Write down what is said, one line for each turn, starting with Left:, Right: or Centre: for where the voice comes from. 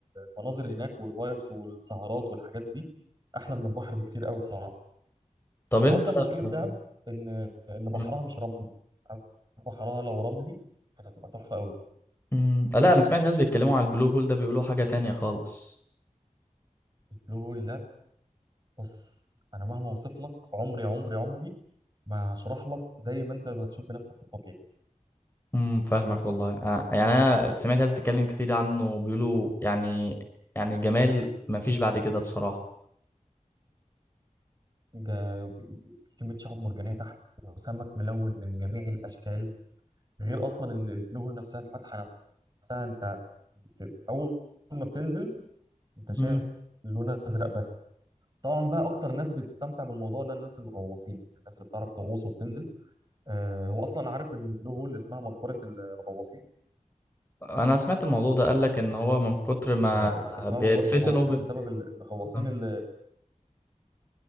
Right: المناظر هناك والفايبس والسهرات والحاجات دي احلى من البحر بكتير قوي بصراحه
Left: طب انت
Right: واصلا
Left: <laughs>
Right: مشكله دهب ان ان بحرها
Left: مم.
Right: مش رملي بحرها لو رملي كانت هتبقى تحفه قوي
Left: مم. لا انا سمعت ناس بيتكلموا على البلو هول ده بيقولوا حاجه تانية خالص
Right: البلو هول ده بص انا مهما اوصف لك عمري عمري عمري ما هشرح لك زي ما انت هتشوف بنفسك في الطبيعي
Left: امم فاهمك والله أنا يعني انا سمعت ناس بتتكلم كتير عنه بيقولوا يعني يعني جمال ما فيش بعد كده بصراحة
Right: جا- في كمية شعاب مرجانية تحت وسمك ملون من جميع الأشكال غير أصلا ال- البلوهول نفسها الفتحة نفسها أنت بت... أول ما بتنزل أنت شايف
Left: امم
Right: لون أزرق بس طبعا بقى أكتر ناس بتستمتع بالموضوع ده الناس الغواصين الناس اللي بتعرف تغوص وبتنزل آه هو أصلا عارف إن البلو هول اسمها مقبرة ال- الغواصين
Left: انا سمعت الموضوع ده قال لك ان هو من كتر ما
Right: يعني اسمها
Left: بيتفتن
Right: مقبرة الغواصين
Left: وب...
Right: بسبب ال- الغواصين
Left: آه.
Right: اللي